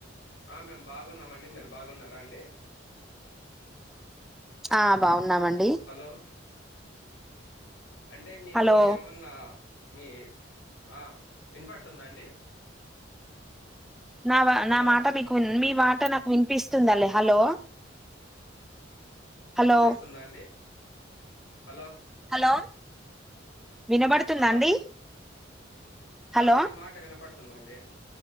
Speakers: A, on the left; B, in the centre.
A: ఆ మేము బాగున్నామండి మీరు బాగున్నారా అండి
B: ఆ బాగున్నామండి
A: హలో అంటే మీకు
B: హలో
A: ఏమన్నా మీ ఆ వినపడుతుందా అండి
B: నా
A: హలో
B: నా మాట మీకు మీ మాట నాకు వినిపిస్తుందిల హలో హలో
A: వినిపిస్తుందా అండి హలో
B: హలో వినబడుతుందా
A: హలో
B: అండి హలో
A: మీ మాట వినపడుతుందండి